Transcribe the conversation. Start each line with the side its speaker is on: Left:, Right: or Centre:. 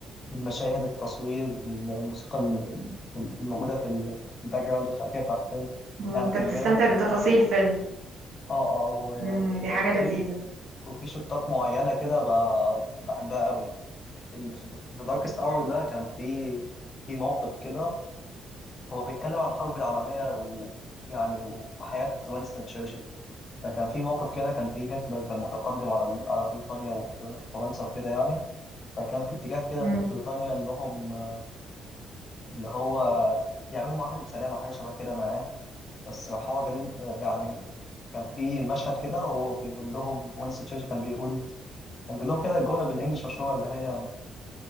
Left: المشاهد التصوير الموسيقى ال- الموجودة في ال- في الباك جراوند الخلفية بتاعة الفيلم
Right: مم.
Left: يعني
Right: انت
Left: كان
Right: بتستمتع
Left: جامد
Right: بتفاصيل فيلم
Left: اه اه و-
Right: مم. دي حاجة
Left: وفي
Right: لذيذة
Left: وفي شطات معينة كده ب- بحبها قوي في ال- في ذا داركست اور ده كان في في موقف كده هو بيتكلم عن الحرب العالميه ويعني وحياه وينستون تشرشل فكان في موقف كده كان في هتلر كان متقدم على على بريطانيا وفرنسا وكده يعني فكان في اتجاه كده
Right: مم.
Left: في بريطانيا انهم آه، اللي هو يعملوا معاهده سلام او حاجه شبه كده معاه بس راح هو جالين آه، يعني كان في مشهد كده هو بيقول لهم وينستون تشرشل كان بيقول كان بيقول لهم كده الجمله بالانجلش مشهوره اللي هي